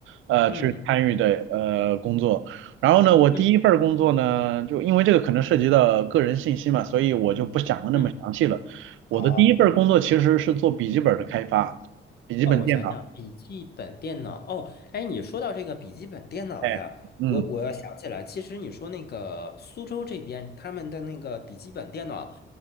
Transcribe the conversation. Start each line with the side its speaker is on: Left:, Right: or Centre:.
Right: 呃，
Left: 嗯
Right: 去参与的呃工作。然后呢，我第一份儿工作呢，
Left: 嗯
Right: 就因为这个可能涉及到个人信息嘛，所以我就不讲的那么详细了。
Left: 嗯，
Right: 我的第一份儿工作其实是做笔记本儿的开发，
Left: 好。
Right: 笔记本电脑。
Left: 哦，我想想，笔记本电脑。哦，哎，你说到这个笔记本电脑呀，
Right: 哎，嗯
Left: 我我要想起来，其实你说那个苏州这边他们的那个笔记本电脑